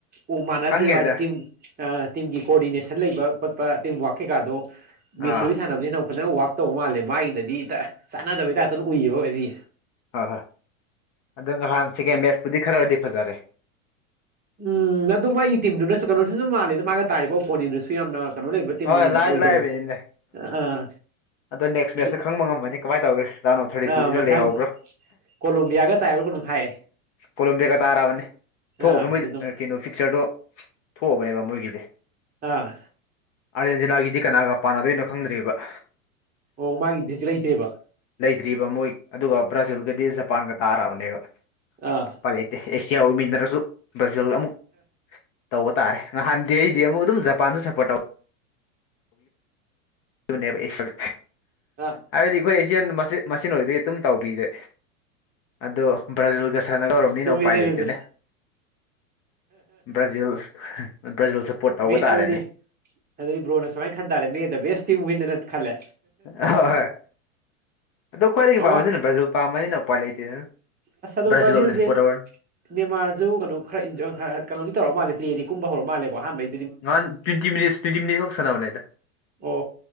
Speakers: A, on the right; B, on the left.
A: ꯄꯣ ꯃꯥꯟꯅꯗꯦꯕ
B: ꯈꯪꯉꯦꯗ
A: ꯍꯥꯏꯗꯤ ꯇꯤꯝ ꯇꯤꯝꯒꯤ ꯀꯣꯑꯣꯔꯗꯤꯅꯦꯁꯟ ꯂꯩꯕ ꯈꯣꯠꯄ ꯇꯤꯝ ꯋꯥꯔꯛ ꯀꯩꯀꯥꯗꯣ
B: ꯑꯥ
A: ꯃꯦꯁꯤꯕꯨ ꯁꯥꯟꯅꯕꯅꯤꯅ ꯐꯖꯅ ꯋꯔꯥꯛ ꯇꯧꯕ ꯃꯥꯜꯂꯦ ꯃꯥꯒꯤꯗꯗꯤ ꯇ ꯆꯥꯟꯅꯗꯕꯩ ꯇꯥꯏꯞꯇꯅ ꯎꯏꯌꯦꯕ ꯑꯦꯕꯤ
B: ꯑꯥ ꯍꯣꯢ ꯑꯗꯨ ꯅꯍꯥꯟ ꯁꯤꯀꯦꯟ ꯃꯦꯠꯆꯄꯨꯗꯤ ꯈꯔꯗꯤ ꯐꯖꯔꯦ
A: ꯎꯝ ꯑꯗꯨ ꯃꯥꯒꯤ ꯇꯤꯝꯗꯨꯅꯁꯨ ꯀꯩꯅꯣꯁꯨ ꯑꯗꯨꯝ ꯃꯥꯂꯦꯗ ꯃꯥꯒ ꯇꯥꯔꯤꯕ ꯑꯣꯄꯣꯅꯦꯟꯗꯨꯁꯨ ꯌꯥꯝꯅ ꯀꯩꯅꯣ ꯂꯩꯕ ꯇꯤꯝ
B: ꯍꯣꯏ
A: ꯑꯣꯢꯔꯝ
B: ꯂꯥꯏꯗꯤ
A: ꯑꯣꯏꯗꯕ
B: ꯂꯥꯏꯔꯤꯕꯅꯤꯅꯦ
A: ꯑꯥ
B: ꯑꯗꯣ ꯅꯦꯛꯁ ꯃꯦꯁꯇ
A: ꯑꯗꯨ
B: ꯈꯪ ꯉꯃꯅꯤ ꯀꯃꯥꯏꯅ ꯇꯧꯒꯦ ꯂꯥꯅꯣ ꯊꯥꯔꯇꯤꯇꯨꯁꯤꯗ
A: ꯑꯥ ꯃꯊꯪ
B: ꯂꯩꯍꯧꯕ꯭ꯔꯥ
A: ꯀꯣꯂꯣꯝꯕꯤꯌꯥꯒ ꯇꯥꯏꯕ ꯀꯩꯅꯣꯝ ꯍꯥꯏ
B: ꯀꯣꯂꯣꯝꯕꯤꯒ ꯇꯥꯔꯕꯅꯤ
A: ꯑꯥ
B: ꯊꯣꯛꯑꯕꯅꯦ ꯃꯣꯏ
A: ꯑꯗꯨꯗꯨꯝ
B: ꯀꯩꯅꯣ ꯐꯤꯛꯆꯔꯗꯣ ꯊꯣꯛꯑꯕꯅꯦꯕ ꯃꯣꯏꯒꯤꯗꯤ
A: ꯑꯥ
B: ꯑꯥꯔꯖꯦꯟꯇꯤꯅꯥꯒꯤꯗꯤ ꯀꯅꯥꯒ ꯄꯥꯟꯅꯗꯣꯏꯅꯣ ꯈꯪꯗ꯭ꯔꯤꯕ
A: ꯑꯣ ꯃꯥꯢꯗꯤ ꯗꯦꯁꯤ ꯂꯩꯇꯦꯕ
B: ꯗ꯭ꯔꯤꯕ ꯃꯣꯏ ꯑꯗꯨꯒ ꯕ꯭ꯔꯥꯖꯤꯜꯒꯗꯤ ꯖꯄꯥꯟꯒ ꯇꯥꯔꯕꯅꯦꯕ
A: ꯑꯥ
B: ꯎꯄꯥꯢ ꯂꯩꯇꯦ ꯑꯦꯁꯤꯌꯥ ꯑꯣꯏꯃꯤꯟꯅꯔꯁꯨ ꯕ꯭ꯔꯥꯖꯤꯜ ꯑꯃꯨꯛ ꯇꯧꯕ ꯇꯥꯔꯦ ꯅꯍꯥꯟꯗꯤ ꯑꯩꯗꯤ ꯑꯃꯨꯛ ꯑꯗꯨꯝ ꯖꯄꯥꯟꯁꯨ ꯁꯞꯄꯣꯔꯠ ꯇꯧ ꯕꯅꯦꯕ ꯑꯦꯛꯁꯜ
A: ꯑꯥ
B: ꯍꯥꯢꯕꯗꯤ ꯑꯩꯈꯣꯏ ꯑꯦꯁꯤꯌꯟ ꯃꯁꯦꯜ ꯑꯣꯏꯕꯒꯤ ꯑꯗꯨꯝ ꯇꯧꯕꯤꯔꯦ ꯑꯗꯣ ꯕ꯭ꯔꯥꯖꯤꯜ ꯒꯁꯥꯟꯅꯒꯧꯔꯕꯅꯤꯅ
A: ꯆꯨꯝꯃꯤꯅꯦ
B: ꯎꯄꯥꯏ ꯂꯩꯇꯅꯦ
A: ꯑꯗꯨꯁꯨ
B: ꯕ꯭ꯔꯥꯖꯤꯜ ꯕ꯭ꯔꯥꯖꯤꯜ ꯁꯞꯄꯣꯔꯠ ꯇꯧꯕ
A: ꯃꯤ
B: ꯇꯥꯔꯦꯅꯦ
A: ꯑꯗꯨꯗꯤ ꯑꯗꯨꯗꯤ ꯕ꯭ꯔꯣꯅ ꯁꯨꯃꯥꯏꯅ ꯈꯟ ꯇꯥꯔꯦ ꯃꯤꯗ ꯕꯦꯁ ꯇꯤꯝ ꯋꯤꯟꯅ ꯅ ꯈꯜꯂꯦ
B: ꯍꯣꯏ ꯍꯣꯏ ꯑꯗꯣ ꯈ꯭ꯋꯥꯏꯗꯒꯤ
A: ꯃꯃꯥ
B: ꯄꯥꯝꯕꯁꯤꯅ ꯕ꯭ꯔꯖꯤꯜ ꯄꯥꯝꯕꯅꯤꯅ ꯎꯄꯥꯏ ꯂꯩꯇꯦꯗꯅ
A: ꯑꯁ ꯑꯗꯣ
B: ꯕ꯭ꯔꯥꯖꯤꯜ
A: ꯕ꯭ꯔꯥꯖꯤꯜꯁꯦ
B: ꯑꯣꯏꯅ ꯁꯞꯄꯣꯔꯠ ꯇꯧꯔꯅꯤ
A: ꯅꯦꯃꯥꯔꯁꯨ ꯀꯩꯅꯣ ꯈꯔ ꯏꯟꯖꯔ ꯀꯩꯅꯣꯗꯤ ꯇꯧꯔ ꯃꯥꯜꯂꯦ ꯄ꯭ꯂꯦꯗꯤ ꯀꯨꯝꯕ ꯍꯧꯔ ꯃꯥꯂꯦ ꯑꯍꯥꯟꯕꯩ
B: ꯅꯍꯥꯟ ꯇ꯭ꯋꯦꯟꯇꯤ ꯃꯤꯅꯤꯠꯁ ꯇ꯭ꯋꯦꯟꯇꯤ ꯃꯤꯅꯤꯠ ꯈꯛ ꯁꯥꯟꯅꯕꯅꯦꯗ
A: ꯑꯣ